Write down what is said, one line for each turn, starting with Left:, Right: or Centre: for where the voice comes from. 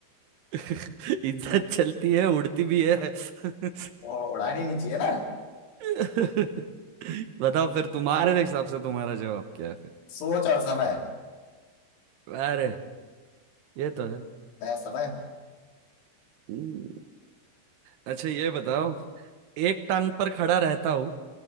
Right: <laughs> इज्जत चलती है उड़ती भी है <laughs>
Left: वो उड़ानी नहीं चाहिए ना
Right: <laughs> बताओ फिर तुम्हारे हिसाब से तुम्हारा जवाब क्या है फिर
Left: सोच और समय
Right: अरे ये तो है
Left: मैं समय तो
Right: हम्म, अच्छा ये बताओ एक टांग पर खड़ा रहता हूँ